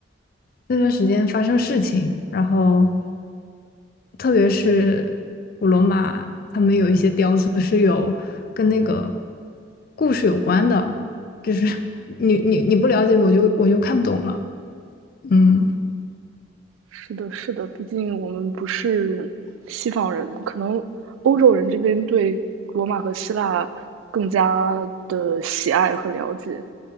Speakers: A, on the left; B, on the right.
A: 那段时间发生事情，然后特别是古罗马，他们有一些雕塑是有跟那个故事有关的，就是 <laughs> 你你你不了解我就我就看不懂了，嗯。
B: 是的，是的，毕竟我们不是西方人，可能欧洲人这边对罗马和希腊更加的喜爱和了解。